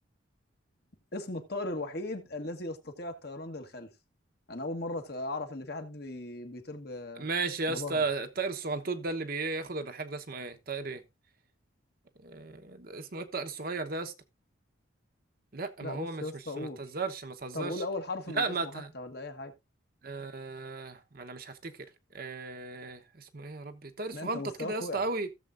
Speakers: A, on the left; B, on the right.
A: اسم الطائر الوحيد الذي يستطيع الطيران للخلف انا اول مره اعرف ان في حد بي... بيطير ب...
B: ماشي يا
A: بظهره
B: اسطى الطائر الصغنطوط ده اللي بياخد الرحاق ده اسمه ايه الطائر ايه آه، ده اسمه ايه الطائر الصغير ده يا اسطى لا
A: لا
B: ما هو
A: بص
B: مش
A: يا اسطى
B: مش
A: قول
B: ما تهزرش ما تهزرش
A: طب قول اول حرف
B: لا
A: من اسمه
B: ما ت...
A: حتى ولا اي حاجه
B: آه... ما انا مش هفتكر آه... اسمه ايه يا ربي طائر
A: ده
B: صغنطط
A: انت مستواك
B: كده يا اسطى
A: وقع
B: قوي